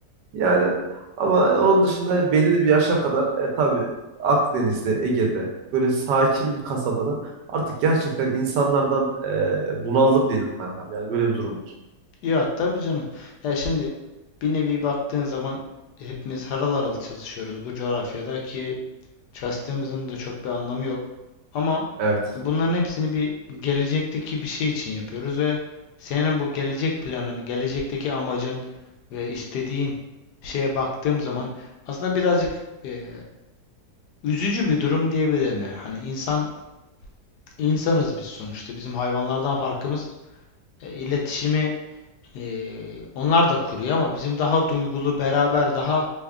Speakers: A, on the right (about 75°); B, on the left (about 75°).
A: Yani ama onun dışında belli bir yaşa kadar e, tabii Akdeniz'de, Ege'de böyle sakin bir kasabada artık gerçekten insanlardan e, bunaldım diyelim kankam. Yani böyle bir durum var.
B: Ya tabii canım. Ya şimdi bir nevi baktığın zaman hepimiz harıl harıl çalışıyoruz bu coğrafyada ki Çalıştığımızın da çok bir anlamı yok. Ama
A: Evet,
B: e, bunların hepsini bir gelecekteki bir şey için yapıyoruz ve senin bu gelecek planını, gelecekteki amacın ve istediğin şeye baktığım zaman aslında birazcık eee, üzücü bir durum diyebilirim yani. Hani insan insanız biz sonuçta. Bizim hayvanlardan farkımız e, iletişimi eee, onlar da kuruyor ama bizim daha duygulu, beraber daha